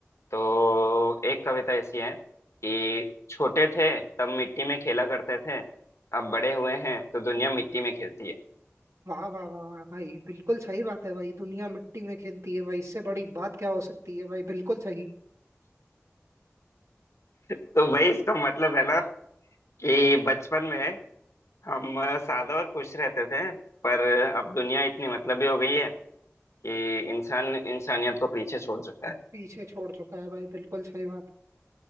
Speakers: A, on the left; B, on the right.
A: तो एक कविता ऐसी है कि छोटे थे तब मिट्टी में खेला करते थे अब बड़े हुए हैं तो दुनिया मिट्टी में खेलती है
B: वाह वाह वाह वाह भाई बिल्कुल सही बात है भाई दुनिया मिट्टी में खेलती है भाई इससे बड़ी बात क्या हो सकती है भाई बिल्कुल सही
A: तो भाई इसका मतलब है ना कि बचपन में हम सादा और खुश रहते थे पर अब दुनिया इतनी मतलबी हो गई है कि इंसान इंसानियत को पीछे छोड़ चुका है
B: पीछे छोड़ चुका है भाई बिल्कुल सही बात